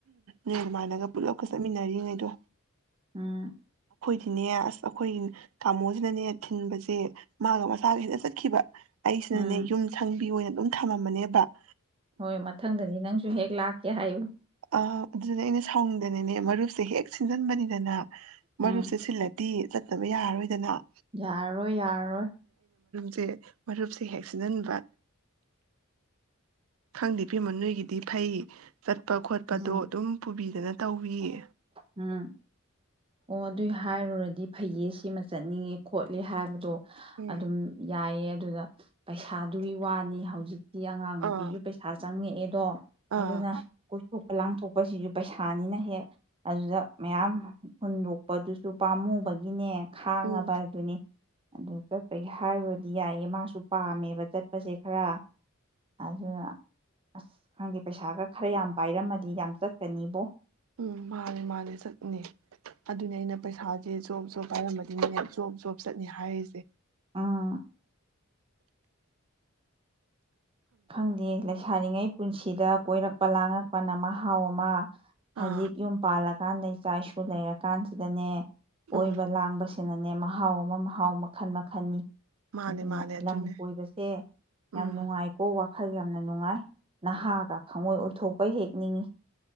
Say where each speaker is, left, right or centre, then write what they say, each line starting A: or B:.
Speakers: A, on the right; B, on the right.
A: ꯅꯦꯜ ꯃꯥꯥꯟꯜꯂꯒ ꯄꯨꯂꯞꯀ ꯆꯠꯃꯤꯟꯅꯔꯤꯉꯩꯗꯣ
B: ꯎꯝ
A: ꯁꯤꯅꯦ ꯑꯁ ꯑꯩꯈꯣꯏꯒꯤ ꯇꯥꯃꯣꯁꯤꯅꯅꯦ ꯊꯤꯟꯕꯁꯦ ꯃꯥꯒ ꯃꯁꯥꯒꯁꯤꯅ ꯆꯠꯈꯤꯕ ꯑꯩꯁꯤꯅꯅꯦ
B: ꯎꯝ
A: ꯌꯨꯝ ꯁꯪꯕꯤ ꯑꯣꯏꯅ ꯑꯗꯨꯝ ꯊ <unintelligible>
B: ꯍꯣꯏ ꯃꯊꯪꯗꯗꯤ ꯅꯪꯁꯨ ꯍꯦꯛ ꯂꯥꯛꯀꯦ ꯍꯥꯏꯌꯨ
A: ꯑ ꯑꯗꯨꯅꯦ ꯑꯩꯅ ꯁꯥꯎꯅꯤꯡꯗꯅꯅꯦ ꯃꯔꯨꯞꯁꯦ ꯍꯦꯛ ꯁꯤꯟꯖꯟꯕꯅꯤꯗꯅ
B: ꯎꯝ
A: ꯃꯔꯨꯞꯁꯦ ꯁꯤꯜꯂꯗꯤ ꯆꯠꯇꯕ ꯌꯥꯔꯔꯣꯏꯗꯅ
B: ꯌꯥꯔꯔꯣꯏ ꯌꯥꯔꯔꯣꯏ
A: ꯁꯦ ꯃꯔꯨꯞꯁꯦ ꯍꯦꯛꯆꯖꯤꯟꯕ ꯈꯪꯗꯦ ꯏꯕꯦꯝꯃ ꯅꯣꯏꯒꯤꯗꯤ ꯐꯩ ꯆꯠꯄ ꯈꯣꯠꯄꯗꯣ
B: ꯎꯝ
A: ꯑꯗꯨꯝ ꯄꯨꯕꯤ ꯐꯖꯅ ꯇꯧꯕꯤꯌꯦ
B: ꯎꯝ ꯑꯣ ꯑꯗꯨꯏ ꯍꯥꯏꯔꯨꯔꯗꯤ ꯐꯩꯌꯦ ꯁꯤꯃ ꯆꯠꯅꯤꯡꯉꯦ ꯈꯣꯠꯂꯦ ꯍꯥꯏꯕꯗꯣ
A: ꯎꯝ
B: ꯑꯗꯨꯝ ꯌꯥꯏꯌꯦ ꯑꯗꯨꯗ ꯄꯩꯁꯥꯗꯨꯒꯤ ꯋꯥꯅꯤ ꯍꯧꯖꯤꯛꯇꯤ ꯑꯉꯥꯡ
A: ꯑꯥ
B: ꯅꯨꯄꯤꯁꯨ ꯄꯩꯁꯥ ꯆꯪꯉꯦ ꯑꯦꯗꯣ
A: ꯑꯥ
B: ꯑꯗꯨꯅ ꯀꯣꯏꯊꯣꯛꯄ ꯂꯥꯡꯊꯣꯛꯄꯁꯤꯁꯨ ꯄꯩꯁꯥꯅꯤꯅ ꯍꯦꯛ ꯑꯗꯨꯗ ꯃꯌꯥꯝ ꯍꯨꯟꯗꯣꯛꯄꯗꯨꯁꯨ ꯄꯥꯝꯃꯨꯕꯒꯤꯅꯦ ꯈꯥꯡꯉꯕ
A: ꯎꯝ
B: ꯍꯥꯏꯗꯨꯅꯤ ꯑꯗꯨ ꯆꯠꯄꯒꯤ ꯍꯥꯏꯔꯨꯔꯗꯤ ꯌꯥꯏꯌꯦ ꯃꯥꯁꯨ ꯄꯥꯝꯃꯦꯕ ꯆꯠꯄꯁꯦ ꯈꯔ ꯑꯗꯨꯅ ꯑꯁ ꯈꯪꯗꯦ ꯄꯩꯁꯥꯒ ꯈꯔ ꯌꯥꯝ ꯄꯥꯏꯔꯝꯃꯗꯤ ꯌꯥꯝ ꯆꯠꯀꯅꯤꯕꯣ
A: ꯎꯝ ꯃꯥꯅꯦ ꯃꯥꯅꯦ ꯆꯠꯅꯦ ꯑꯗꯨꯅꯦ ꯑꯩꯅ ꯄꯩꯁꯥꯁꯦ ꯖꯣꯕ ꯖꯣ ꯄꯥꯏꯔꯝꯕꯅꯤꯅꯦ ꯖꯣꯕ ꯖꯣꯕ ꯆꯠꯅꯤ ꯍꯥꯏꯔꯤꯁꯦ ꯎꯝ
B: ꯎꯝ ꯈꯪꯗꯦ ꯂꯩꯁꯥꯔꯤꯉꯩ ꯄꯨꯟꯁꯤꯗ ꯀꯣꯏꯔꯛꯄ ꯂꯥꯡꯉꯛꯄꯅ ꯃꯍꯥꯎ ꯑꯃ
A: ꯑꯥ
B: ꯍꯧꯖꯤꯛ ꯌꯨꯝ ꯄꯥꯜꯂꯛ ꯀꯀꯥꯟꯗ ꯏꯆꯥ ꯏꯁꯨ ꯂꯩꯔ ꯀꯥꯟꯁꯤꯗꯅꯦ ꯑꯣꯏꯕ
A: ꯎꯝ
B: ꯂꯥꯡꯕꯁ <unintelligible> ꯁꯤꯅꯅꯦ ꯃꯍꯥꯎ ꯑꯃ ꯃꯍꯥꯎ ꯃꯈꯜ ꯃꯈꯜꯅꯤ
A: ꯃꯥꯅꯦ
B: ꯑꯗꯨꯅ
A: ꯃꯥꯅꯦ ꯑꯗꯨꯅꯦ
B: ꯂꯝ ꯀꯣꯏꯕꯁꯦ
A: ꯎꯝ
B: ꯌꯥꯝ ꯅꯨꯡꯉꯥꯏ ꯋꯥꯈꯜ ꯌꯥꯝꯅ ꯅꯨꯡꯉꯥꯏ ꯅꯍꯥꯒ ꯊꯃꯣꯏ ꯑꯣꯏꯊꯣꯛꯄ ꯍꯦꯛꯅꯤꯡꯏꯤ